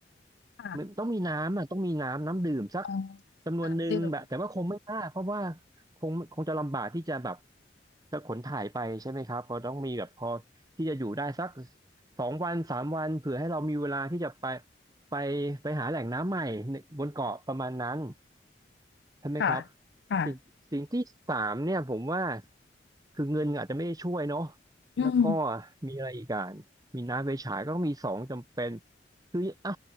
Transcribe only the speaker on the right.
มันต้องมีน้ำอ่ะต้องมีน้ำน้ำดื่มสัก
จำนวนหนึ่งแบบแต่ว่าคงไม่มากเพราะว่า
คงคงจะลำบากที่จะแบบจะขนถ่ายไปใช่ไหมครับเพอต้องมีแบบพอที่จะอยู่ได้สักสองวันสามวันเผื่อให้เรามีเวลาที่จะไปไปไปหาแหล่งน้ำใหม่ในบนเกาะประมาณนั้น ใช่ไหมครับ
สิ่งสิ่งที่สามเนี่ยผมว่าคือเงินอาจจะไม่ได้ช่วยเนาะ
แล้วก็มีอะไรอีกอ่ะมีน้ำไฟฉายก็ต้องมีสองจำเป็นคืออ่ะ